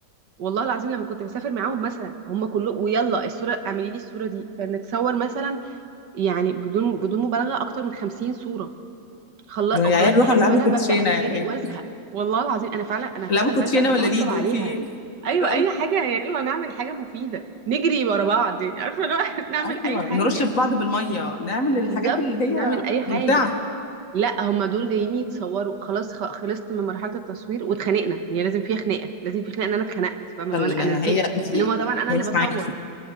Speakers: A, on the right; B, on the left.
A: والله العظيم لما كنت بسافر معاهم مثلا هم كلهم ويلا الصوره اعملي لي الصوره دي فنتصور مثلا يعني بدون بدون مبالغه اكتر من 50 صوره خل-
B: يا
A: وخلاص
B: عيال روحوا
A: لحد
B: العبوا
A: ما انا
B: كوتشينة
A: ببدا اتخانق
B: يعني
A: وازهق والله العظيم انا فعلا انا فعلا
B: العبوا كوتشينة
A: بزهق بتعصب
B: ولا ليدو
A: عليها
B: في ايه
A: ايوه
B: <laughs>
A: اي
B: اه
A: حاجه يعني يلا نعمل حاجه مفيده نجري ورا بعض <laughs> يعني عارفه لو <laughs> نعمل
B: أيوه،
A: اي حاجه
B: نرُش بعض بالمَيّة، نعمل
A: بالظبط
B: الحاجات اللي هي
A: نعمل اي حاجه
B: ممتعة،
A: لا هما دول جايين يتصوروا خلاص خ- خلصت من مرحله التصوير واتخانقنا يعني لازم فيها خناقه لازم في خناقه ان انا اتخنقت فاهمه اللي
B: عشان
A: هو انا
B: هي
A: انا زهقت
B: أنتِ
A: لان هما طبعا انا
B: هي
A: اللي
B: مش
A: بصور
B: معاكِ.